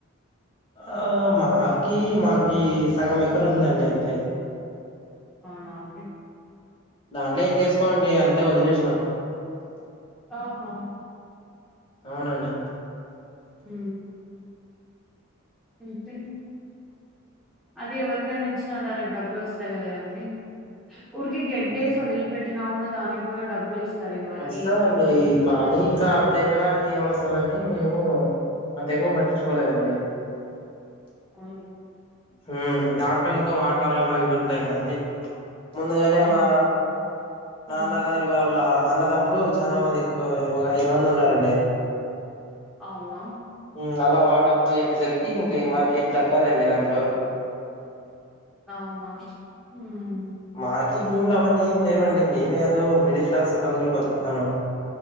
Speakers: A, on the left; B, in the centre.
A: ఆ మాకి మాకి సగం ఎకర ఉందండి అంతే
B: అవునా అండి
A: దాంట్లో ఏం చేసుకోమండి, అంతే వదిలేసినాం.
B: ఓహో
A: అవునండి
B: ఉ అంతే అది ఎవరికైనా ఇచ్చినా దానికి డబ్బులు వస్తు అంతే కద అండి ఊడికి గడ్డే
A: ఏ-
B: వదిలి పెట్టినా కూడా దానికి కూడా డబ్బులు ఇస్త సరె మనకి
A: వస్తదండి
B: ఇప్పుడు
A: కానీ ఇంకా అర్ధ ఎకరానికి ఏమ వస్తుందని మేము అంత ఎక్కువ పట్టించుకోలేదండి <inaudible>
B: అవును
A: ఉమ్మ్ దాంట్లో ఇంకా వాటాల అవి ఉంటాయి కదండి ముందుగానే
B: అవును
A: మా నా
B: హ్మ్
A: అన్నగారి వాళ్ళ అన్నదమ్ములు చాలా మంది ఎక్కువ ఒక ఐదు మంది ఉన్నారండి
B: అవునా
A: ఉమ్ అలా వాట పోయేసేసరికి ఇంకా మాక ఏం దక్కదండి దాంట్లో
B: అవునా హుమ్
A: మాక భూములు అవన్నీ ఏం లేవండి మేమే ఏదో మిడిల్ క్లాస్ బతుకులు బతుకుతా ఉన్నాము